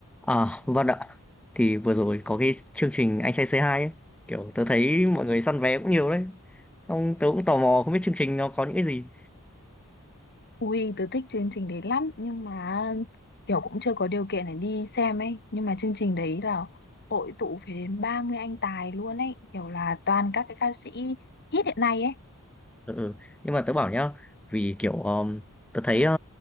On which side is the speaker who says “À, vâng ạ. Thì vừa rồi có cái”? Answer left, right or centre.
Centre